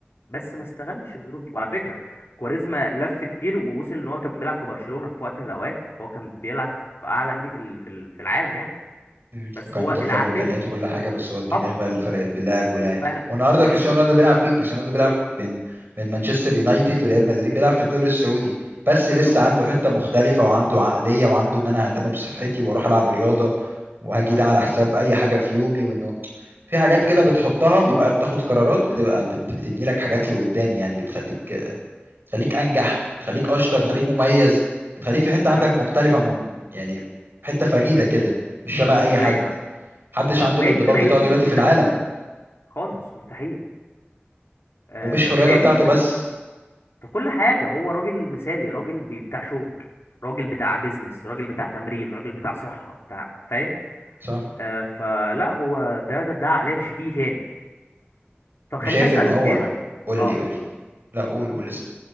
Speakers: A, on the left (about 85°); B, on the right (about 60°).
A: بس ما استغلش الظروف دي وعلى فكره كواريزما لف كتير ووصل ان هو كان بيلعب في برشلونه في وقت من الاوقات فهو كان بيلعب في اعلى نادي في ال- في ال- في العالم يعني
B: مم.
A: بس
B: وكان
A: هو
B: متوفر
A: العقليه
B: له امكانيات وكل حاجه بس هو الدماغ
A: طبعا
B: بقى اللي فرقت بين لاعب ولاعب
A: فرق
B: والنهارده
A: بالظبط
B: كريستيانو رونالدو بيلعب فين كريستيانو رونالدو بيلعب من من مانشستر يونايتد وريال مدريد بيلعب في الدوري السعودي بس
A: السعودي
B: لسه عنده حته مختلفه وعنده عقليه وعنده ان انا ههتم بصحتي واروح العب رياضه وهاجي
A: فاهمك
B: ده على حساب اي حاجه في يومي وانه في حاجات كده بتحطها بيبقى تاخد قرارات بتبقى بت... بتبني لك حاجات لقدام يعني بتخليك بتخليك انجح بتخليك اشطر بتخليك مميز
A: مم،
B: بتخليك في حته عندك
A: فاهمك
B: مختلفه م... يعني حته فريده كده مش شبه اي حد
A: ايوه
B: محدش
A: صح
B: عنده
A: وهي
B: الانضباط
A: دي اللي ميزت
B: بتاعه دلوقتي
A: الجيل
B: في العالم
A: ده خالص مستحيل آه،
B: ومش في الرياضة
A: فهي
B: بتاعته
A: دي
B: بس
A: في كل حاجة هو راجل مثالي راجل بي- بتاع شغل راجل بتاع بيزنس راجل بتاع تمرين راجل بتاع صحة بتاع فاهم
B: صح
A: آه فلا هو ده ده, ده عقلية مش هتيجي تاني طب
B: وشايف
A: خليني أسألك
B: ان هو
A: ايه رأيك
B: قول
A: اه
B: لي قول لي
A: قول.
B: لا قول قول لسه